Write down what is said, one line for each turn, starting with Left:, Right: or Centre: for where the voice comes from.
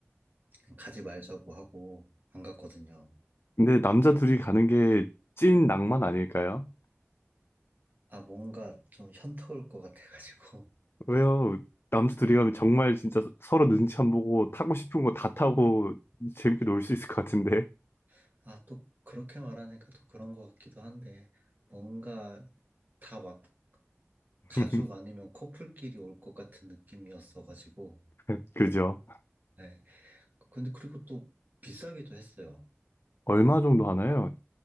Right: 그냥 가지 말자고 하고 안 갔거든요.
Left: 근데 남자 둘이 가는 게 찐 낭만 아닐까요?
Right: 아, 뭔가 좀 현타 올 것 같아가지고.
Left: 왜요? 남자 둘이 가면 정말 진짜 서로 눈치 안 보고 타고 싶은 거 다 타고 재밌게 놀 수 있을 것 같은데.
Right: <laughs> 아, 또 그렇게 말하니까 또 그런 것 같기도 한데, 뭔가 다 막 가족
Left: <laughs>
Right: 아니면 커플끼리 올 것 같은 느낌이었어가지고.
Left: <laughs> 그죠?
Right: 네. 근데 그리고 또 비싸기도 했어요.
Left: 얼마 정도 하나요?